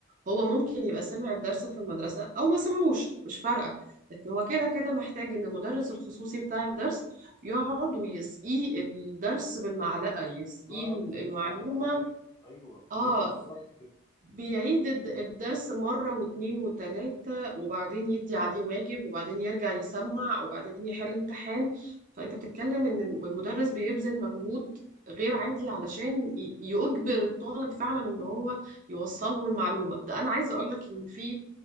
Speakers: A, on the right; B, on the left.
A: هو ممكن يبقى سمع الدرس في المدرسه او ما سمعوش مش فارقه لكن هو كده كده محتاج ان المدرس الخصوصي بتاع الدرس يقعد ويسقيه الدرس بالمعلقه يسقيه
B: بالظبط
A: المعلومه
B: بالمعلقة ايوه ايوه
A: اه
B: ايوه بالظبط كده
A: بيعيد الد- الدرس مرة واتنين وتلاتة وبعدين يدي عليه واجب وبعدين يرجع يسمع وبعدين يحل امتحان فأنت بتتكلم إن المدرس بيبذل مجهود غير عادي علشان ي- يجبر الطالب فعلا إن هو يوصل له المعلومة ده أنا عايزة أقول لك إن في